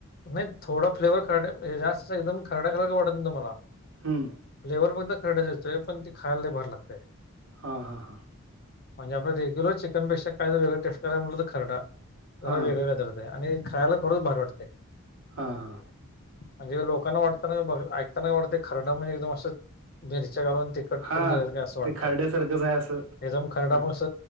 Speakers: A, on the left; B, on the right.
A: नाही थोडा फ्लेवर खरड जास्त एकदम खराड्या खरा वाटत नाही तुम्हाला
B: हम्म
A: लेबर बघा खरेयच येतो पण ते खायला भार लागतय
B: हा हा हा
A: म्हणजे आपण रेग्युलर चिकनपेक्षा काय वेगळ टेट कराय म्हलं तर खडा जरा
B: हा
A: वेगळं का कररते आणि खायला खरच भारी वाटते
B: हा हा
A: म्हणजे लोकांना वाटतना बघ ऐकताना का वाटतं खरड म्हणजे एकदम असं मिरच्या घलून टिकट
B: हा
A: कोून असं वाटत
B: ते खरड्यासारखंच
A: एकदम
B: आहे असं
A: खरडा
B: वाट
A: पण स